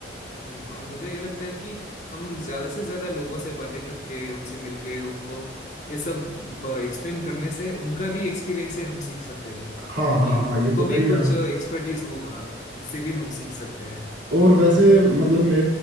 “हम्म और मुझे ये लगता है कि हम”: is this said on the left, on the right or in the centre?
Left